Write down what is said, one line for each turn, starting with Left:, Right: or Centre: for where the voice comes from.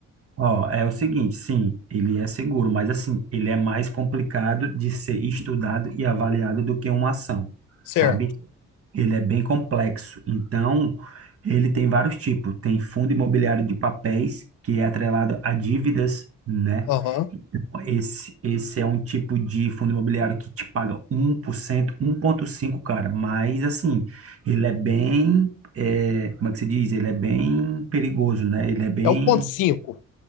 Right: Ó, é o seguinte, sim, ele é seguro, mas assim, ele é mais complicado de ser estudado e avaliado do que uma ação,
Left: Certo.
Right: sabe? Ele é bem complexo. Então, ele tem vários tipos. Tem fundo imobiliário de papéis, que é atrelado a dívidas, né?
Left: Aham.
Right: Esse, esse é um tipo de fundo imobiliário que te paga um um 1%, cinco cara, mas assim, ele é bem, é, como é que se diz? Ele é bem perigoso, né? Ele é bem,
Left: É um ponto cinco,